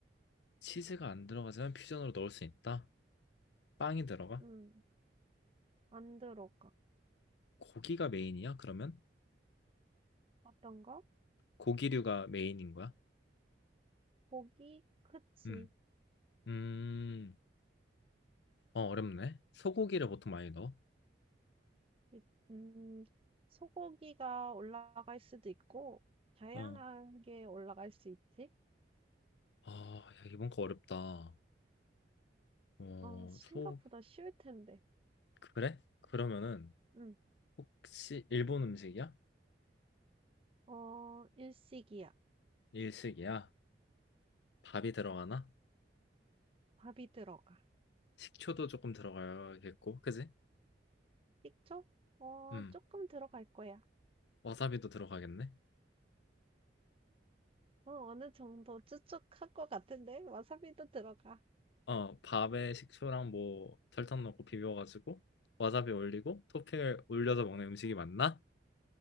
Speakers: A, on the left; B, on the right.
A: 치즈가 안 들어가지만 퓨전으로 넣을 수 있다. 빵이 들어가?
B: 음, 안 들어가.
A: 고기가 메인이야? 그러면
B: 어떤 거?
A: 고기류가 메인인 거야?
B: 고기? 그치.
A: 음, 음, 어 어렵네. 소고기를 보통 많이 넣어.
B: 이- 음, 소고기가 올라갈 수도 있고, 다양한
A: 어,
B: 게 올라갈 수 있지?
A: 아, 야, 이번 거 어렵다. 어,
B: 어, 생각보다
A: 소
B: 쉬울 텐데.
A: 그래? 그러면은
B: 음,
A: 혹시 일본 음식이야?
B: 어, 일식이야.
A: 일식이야? 밥이 들어가나?
B: 밥이 들어가.
A: 식초도 조금 들어가겠고, 그지?
B: 식초? 어,
A: 음,
B: 조금 들어갈 거야.
A: 와사비도 들어가겠네.
B: 어, 어느 정도 추측할 것 같은데? 와사비도 들어가.
A: 어, 밥에 식초랑 뭐 설탕 넣고 비벼가지고 와사비 올리고 토핑을 올려서 먹는 음식이 맞나?